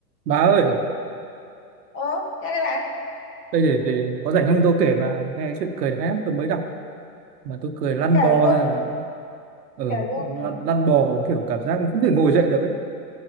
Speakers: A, on the right; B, on the left.
A: Bà ơi,
B: Ồ, nghe đây bạn,
A: đây để để có rảnh không tôi kể bà nghe chuyện cười đã lắm tôi mới đọc mà tôi cười lăn
B: kể
A: bò
B: luôn,
A: ra ở ừ,
B: kể luôn,
A: lăn,
B: kể, luôn
A: lăn bò kiểu cảm giác không thể ngồi dậy được ấy.